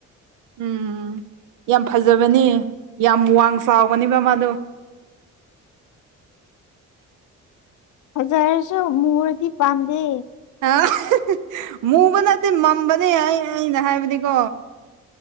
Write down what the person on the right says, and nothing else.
ꯎꯝ ꯌꯥꯝ ꯐꯖꯥꯕꯅꯦ ꯌꯥꯝ ꯋꯥꯡ ꯆꯥꯎꯕꯅꯦꯕ ꯃꯥꯗꯣ
ꯑꯥ ꯃꯨꯕ ꯅꯠꯇꯦ ꯃꯝꯕꯅꯦ ꯑꯩ ꯑꯩꯅ ꯍꯥꯏꯕꯗꯤꯀꯣ